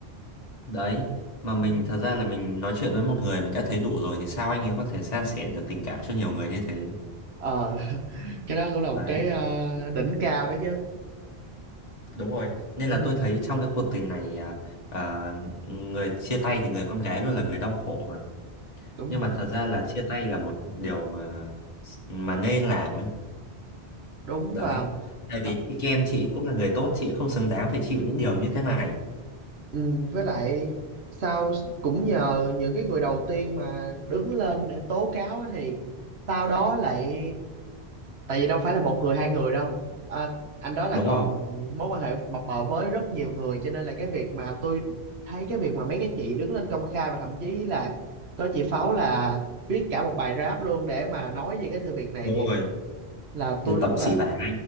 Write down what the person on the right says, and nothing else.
ừ.
ờ <laughs> cái đó cũng là một
cái ờ, đỉnh cao đấy chứ
ừ,
đúng
rồi
đúng
và
th-
ừ, với lại sau cũng nhờ những cái người đầu tiên mà đứng lên để tố cáo á thì sau đó lại tại vì đâu phải là một người hai người đâu à, anh đó là
còn
mối quan hệ mập mờ với rất nhiều người cho nên là cái việc mà tôi thấy cái việc mà mấy cái chị đứng lên công khai và thậm chí là có chị Pháo là viết cả một bài rap luôn để mà nói về cái sự việc này
thì
là tôi
rất
là